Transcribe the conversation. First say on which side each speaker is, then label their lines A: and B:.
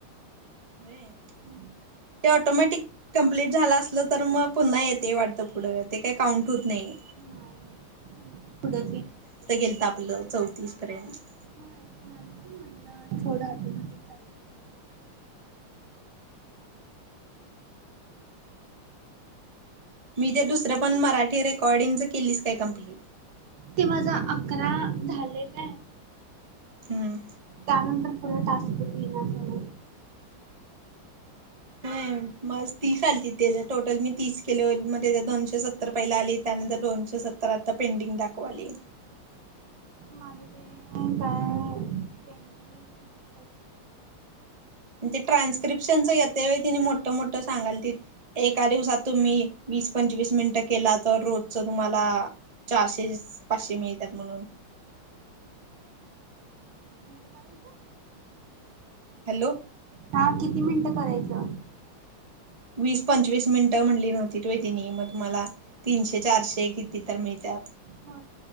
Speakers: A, on the right (about 20°); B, on the right (about 75°).
A: व्हाय
B: हम्म
A: ते ऑटोमॅटिक कम्प्लीट झालं असलं तर मग पुन्हा येते वाटतं पुढं ते काही काउंट होत नाही
B: नाही पुढंच
A: गेल आपलं चौतीस पर्यंत
B: होय माझं पण म्हणलं थोडं ऑटोमॅटिक चालत
A: मी जर दुसरं पण मराठी रेकॉर्डिंगचं केलीच काय कम्प्लीट
B: ते माझा अकरा झाले काय
A: हम्म
B: त्यानंतर पुढे टास्कच येणार झाले
A: हम्म बस तीस आलती त्याच टोटल मी तीस केल मग त्या दोनशे सत्तर पहिला आली त्यानंतर दोनशे सत्तर तर आता पेंटिंग दाखवाली
B: माझ ते काय पेंटिंग ह अस
A: ते ट्रान्स्क्रिप्शनच येते तिने मोठं मोठं सांगाल त एका दिवसात तुम्ही वीस पंचवीस मिनिटं केला तर रोजच तुम्हाला- चारशे पाचशे मिळतात म्हणून.
B: किती मिनिटं करायचं
A: हॅलो.
B: हा. किती मिनिटं करायचं?
A: वीस पंचवीस मिनिटं म्हणली नव्हतीत होय तिनी? मग तुम्हाला तीनशे चारशे किती- ती तर मिळत्यात.
B: हो.